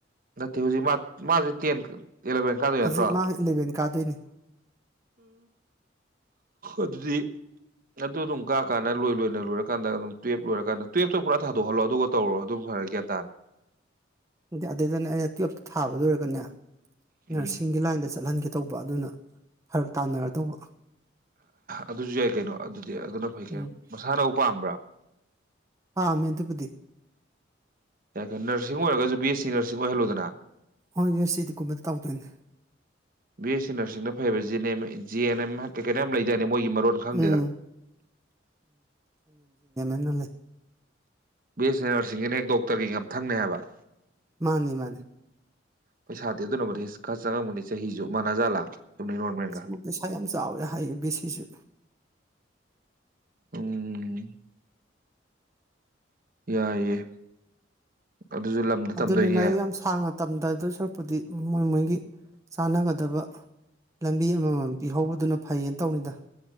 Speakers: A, on the right (about 45°); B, on the right (about 15°).
A: ꯅꯠꯇꯦ ꯍꯧꯖꯤꯛ ꯃꯥꯁꯦ ꯇꯦꯟ ꯑꯦꯂꯚꯦꯟ ꯀꯥꯗꯣꯏ
B: ꯍꯧꯖꯤꯛ
A: ꯅꯠꯇ꯭ꯔꯣ
B: ꯃꯥ ꯏꯂꯚꯦꯟ ꯀꯥꯗꯣꯏꯅꯤ
A: ꯑꯗꯨꯗꯤ ꯑꯗꯨ ꯑꯗꯨꯝ ꯀꯥꯀꯥꯅ ꯂꯣꯏ ꯂꯣꯏꯅ ꯂꯣꯏꯔꯀꯥꯟꯗ ꯑꯗꯨꯝ ꯇꯨꯌꯦꯜꯞ ꯂꯣꯏꯔꯀꯥꯟꯗ ꯇꯨꯌꯦꯜꯞꯇꯣ ꯄꯨꯔꯥ ꯊꯥꯗꯣꯛꯍꯜꯂꯣ ꯑꯗꯨꯒ ꯇꯧꯔꯣ ꯑꯗꯨꯝ ꯐꯔꯦ ꯒ꯭ꯌꯥꯟ ꯇꯥꯅ
B: ꯑꯗꯨꯏꯗꯅꯦ ꯑꯩꯅ ꯇꯨꯌꯦꯜꯞꯇ ꯊꯥꯕ ꯂꯣꯏꯔꯒꯅꯦ
A: ꯎꯝ
B: ꯅꯔꯁꯤꯡꯒꯤ ꯂꯥꯏꯟꯗ ꯆꯠꯍꯟꯒꯦ ꯇꯧꯕ ꯑꯗꯨꯅ ꯐꯔꯛ ꯇꯥꯟꯅꯔꯗꯧꯕ
A: ꯑꯗꯨꯁꯨ ꯌꯥꯏ ꯀꯩꯅꯣ ꯑꯗꯨꯗꯤ ꯑꯗꯨꯅ ꯐꯩ
B: ꯎꯝ
A: ꯀꯩ ꯃꯁꯥꯅꯕꯨ ꯄꯥꯝꯕ꯭ꯔꯥ
B: ꯄꯥꯝꯃꯦ ꯑꯗꯨꯕꯨꯗꯤ
A: ꯌꯥꯏ ꯀꯩꯅꯣ ꯅꯔꯁꯤꯡ ꯑꯣꯏꯔꯒ ꯕꯤ ꯑꯦꯁ ꯁꯤ ꯅꯔꯁꯤꯡ ꯑꯣꯏꯍꯜꯂꯨꯗꯅ
B: ꯍꯣꯏ ꯌꯨ ꯑꯦꯁ ꯁꯤꯗꯒꯨꯝꯕ ꯇꯧꯗꯣꯏꯅꯦ
A: ꯕꯤ ꯑꯦꯁ ꯁꯤ ꯅꯔꯁꯤꯡꯅ ꯐꯩꯕ ꯖꯤꯅꯦꯝ ꯖꯤ ꯑꯦꯟ ꯑꯦꯝ ꯍꯥꯏꯐꯦꯠ ꯀꯩꯅꯣꯝ ꯂꯩꯖꯅꯤ ꯃꯣꯏꯒꯤ ꯃꯔꯣꯟ ꯈꯪꯗꯦꯗ
B: ꯎꯝ ꯅꯂꯩ
A: ꯕꯤ ꯑꯦꯁ ꯑꯦ ꯅꯔꯁꯤꯡꯒꯤꯅ ꯍꯦꯛ ꯗꯣꯛꯇꯔꯒꯤ ꯃꯊꯪꯅꯦ ꯍꯥꯏꯕ
B: ꯃꯥꯅꯤ ꯃꯥꯅꯤ
A: ꯄꯩꯁꯥꯗꯤ ꯑꯗꯨꯅꯕꯨꯗꯤ ꯈꯔ ꯆꯪꯉꯝꯒꯅꯤ ꯆꯍꯤꯁꯨ ꯃꯥꯟꯅꯖꯥꯠꯂꯥ ꯆꯨꯝꯅꯩ ꯅꯣꯔꯃꯦꯜꯒ
B: ꯁꯤ ꯄꯩꯁꯥ ꯌꯥꯝ ꯆꯥꯎꯋꯦ ꯍꯥꯏꯌꯦ ꯕꯦꯁꯤꯁꯨ
A: ꯎꯝ ꯌꯥꯏꯌꯦ ꯑꯗꯨꯁꯨ ꯂꯝꯗ ꯇꯝꯗꯣꯏꯅꯦ
B: ꯑꯗꯨꯅꯤ ꯂꯥꯏꯔꯤꯛ ꯌꯥꯝ ꯁꯥꯡꯅ ꯇꯝꯗꯗꯣꯏ ꯁꯔꯛꯄꯨꯗꯤ ꯃꯣꯏ ꯃꯣꯏꯒꯤ ꯆꯥꯟꯅꯒꯗꯕ ꯂꯝꯕꯤ ꯑꯃꯃꯝ ꯄꯤꯍꯧꯕꯗꯨꯅ ꯐꯩꯌꯦꯅ ꯇꯧꯅꯤꯗ